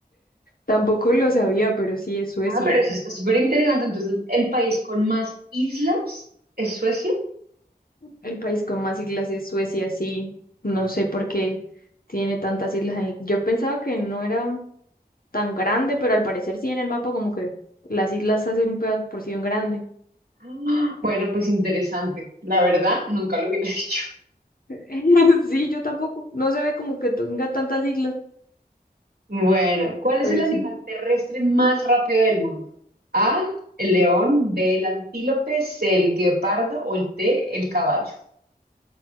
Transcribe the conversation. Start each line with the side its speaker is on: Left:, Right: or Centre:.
Left: Tampoco lo sabía, pero sí es Suecia.
Right: Ah, pero eso está súper interesante. Entonces, ¿el país con más islas es Suecia?
Left: El país con más islas es Suecia, sí. No sé por qué tiene tantas islas. en el- Yo pensaba que no era tan grande, pero al parecer sí en el mapa como que las islas hacen una porción grande.
Right: Ah, <gasps> Bueno, pues interesante. La verdad, nunca lo hubiera <laughs> dicho.
Left: <laughs> Sí, yo tampoco. No se ve como que tenga tantas islas,
Right: Bueno, ¿cuál
Left: pero
Right: es el animal
Left: sí.
Right: terrestre más rápido del mundo? A, el león, B, el antílope, C, el guepardo o el D, el caballo.